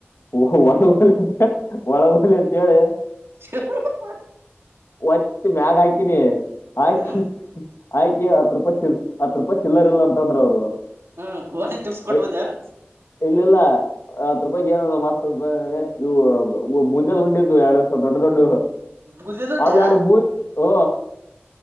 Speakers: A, on the left (about 85°); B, on the right (about 75°).
A: ಓ ಒಳ ಬ ಒಳ ಬಲಂತ ಕೇಳಿ
B: ಹ್ಮ್
A: ಒತ್ತ ಮ್ಯಾಗ ಹಾಕಿನಿ ಹಾಕಿ
B: ಹ್ಮ್
A: ಆಯ್ಕಿ ಹತ್ ರೂಪಾಯಿ ಚಲ್ ಹತ್ ರೂಪಾಯಿ ಚಿಲ್ಲರಿ ಇಲ್ಲ ಅಂತ ಅಂದ್ರ ಅವ್ರು
B: ಹ್ಮ ಕ್ವಾಲ ಟಿಪ್ಸ್ ಕೊಟ್ಬೋದ
A: ಐ
B: ಯಾರ
A: ಇಲ್ಲಿಲ್ಲ ಆತ್ ರೂಪಾಯ ಏನ ಮಸ್ತ್ ಇವು ಮುಂದೆಲ್ ಉಂಡಿದ್ದು ಎರಡ್ಡ್ ಸಾವ್ದ ದೊಡ್ಡ ದೊಡ್ಡು
B: ಬುದ ದುಡ್ಡ್ಯಾ
A: ಅವ್ಯಡು ಹ